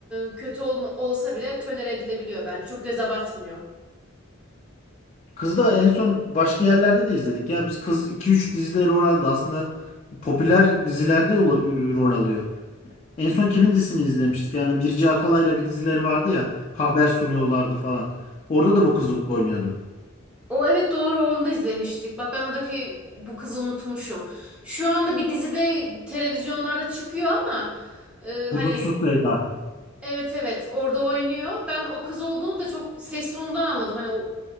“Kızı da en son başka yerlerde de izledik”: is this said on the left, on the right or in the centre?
Left